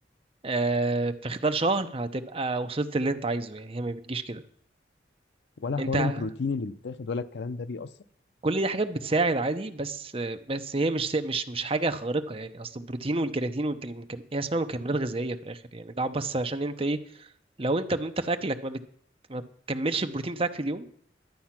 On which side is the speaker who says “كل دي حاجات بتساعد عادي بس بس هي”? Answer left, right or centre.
Right